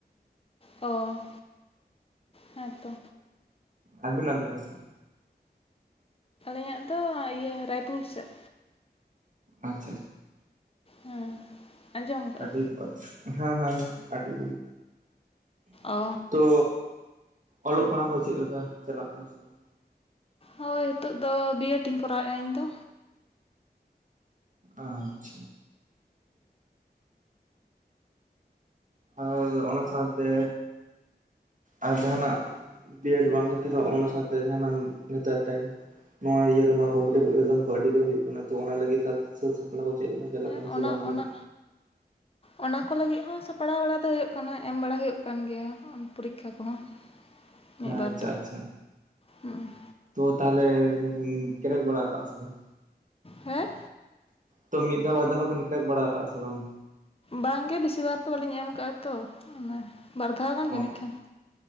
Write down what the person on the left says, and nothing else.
ᱚ ᱦᱮᱸᱛᱚ
ᱟᱞᱮᱭᱟᱜ ᱫᱚ ᱮᱭᱟᱹ ᱨᱟᱭᱯᱩᱨ ᱥᱮᱫ
ᱦᱮᱸ ᱟᱸᱡᱚᱢ ᱟᱠᱟᱜᱼᱟ
ᱚ
ᱦᱳᱭ ᱱᱤᱛᱚᱜᱜ ᱫᱚ ᱵᱤᱮᱰ ᱤᱧ ᱠᱚᱨᱟᱣᱮᱫᱼᱟ ᱤᱧ ᱫᱚ
ᱦᱮᱸ
ᱚᱱᱟ
ᱚᱱᱟ ᱚᱱᱟ ᱠᱚ ᱞᱟᱹᱜᱤᱫ ᱦᱚᱸ ᱥᱟᱯᱲᱟᱣ ᱵᱟᱲᱟ ᱫᱚ ᱦᱩᱭᱩᱜ ᱠᱟᱱᱟ ᱮᱢ ᱵᱟᱲᱟ ᱦᱩᱭᱩᱜ ᱠᱟᱱ ᱜᱮᱭᱟ ᱯᱚᱨᱤᱠᱠᱷᱟ ᱠᱚᱦᱚᱸ ᱢᱤᱫ ᱵᱟᱨ
ᱫᱚ
ᱦᱩᱸ
ᱦᱮᱸ
ᱵᱟᱝᱜᱮ ᱵᱮᱥᱤ ᱵᱟᱨ ᱛᱚ ᱵᱟᱹᱞᱤᱧ ᱮᱢ ᱠᱟᱜᱼᱟ ᱛᱚ ᱚᱱᱟ ᱵᱟᱨ ᱫᱷᱟᱣ ᱜᱟᱱ
ᱡᱟᱹᱱᱤᱡ ᱠᱷᱟᱱ